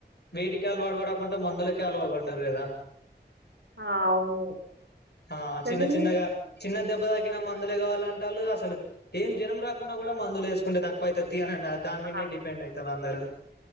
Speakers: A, on the left; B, on the right.
A: వేటికి అలవాటు పడకుండా మందులకే అలువాటు పడ్డారు కదా
B: ఆ అవును
A: ఆ
B: కానీ
A: చిన్న చిన్నగా చిన్న దెబ్బ త తగిన మందులే కావాలంటళ్ళు అసలు ఏం జ్వరం రాకుంన్నా కూడా మందులేసుకుంటే తక్కువైతతి అని అం దా దాని మీన్నే
B: ఆ
A: డిపెండ్ అవుతాళ్ళు అందరు